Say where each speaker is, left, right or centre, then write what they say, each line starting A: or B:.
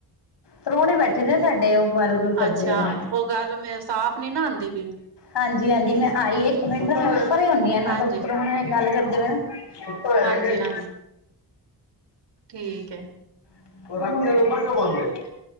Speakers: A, on the left; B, on the right.
A: ਪ੍ਰੋਹੁਣੇ ਬੈਠੇ ਨੇ ਸਾਡੇ ਉਹ ਗੱਲ ਗੁੱਲ ਕਰਦੇ
B: ਅੱਛਾ
A: ਹੋਣੇ
B: ਉਹ ਗੱਲ ਮੈਂ ਸਾਫ਼ ਨੀ ਨਾ ਆਉਂਦੀ ਪਈ।
A: ਹਾਂਜੀ ਹਾਂਜੀ ਮੈਂ ਆਈ ਇੱਕ ਮਿੰਟ ਪਰੇ ਹੁੰਦੀ ਇਹਨਾਂ
B: ਹਾਂਜੀ
A: ਤੋਂ ਪਰਾਉਣੇ ਗੱਲ ਕਰਦੇ ਪਏ ਨਾ।
B: ਹਾਂਜੀ ਹਾਂਜੀ ਠੀਕ ਹੈ
A: <unintelligible> ਹੋਰ।